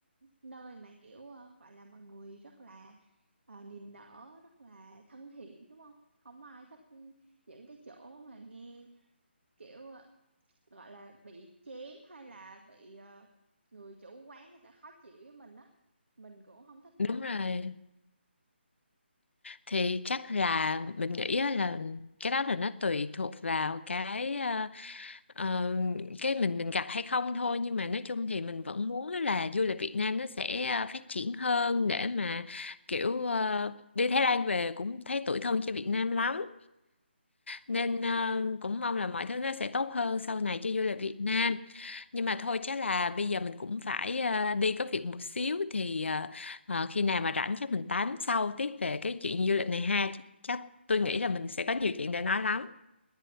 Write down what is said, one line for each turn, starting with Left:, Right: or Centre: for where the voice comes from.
Right: nơi mà kiểu ờ, gọi là mọi người rất là ờ, niềm nở rất là thân thiện đúng không không ai thích những cái chỗ mà nghe kiểu ờ, gọi là bị chém hay là bị ờ, người chủ quán người ta khó chịu với mình á mình cũng không thích những
Left: đúng rồi thì chắc là mình nghĩ á là cái đó là nó tùy thuộc vào cái Ờ, cái mình mình gặp hay không thôi nhưng mà nói chung thì mình vẫn muốn á là du lịch Việt Nam nó sẽ ờ, phát triển hơn để mà kiểu ờ, đi Thái Lan về cũng thấy tủi thân cho Việt Nam lắm nên ờ, cũng mong là mọi thứ nó sẽ tốt hơn sau này cho du lịch Việt Nam nhưng mà thôi chắc là bây giờ mình cũng phải ờ, đi có việc một xíu thì ờ, ờ, khi nào mà rảnh chắc mình tám sau tiếp về cái chuyện du lịch này ha chắc, chắc
Right: Ok,
Left: tôi nghĩ là mình sẽ có nhiều chuyện để nói lắm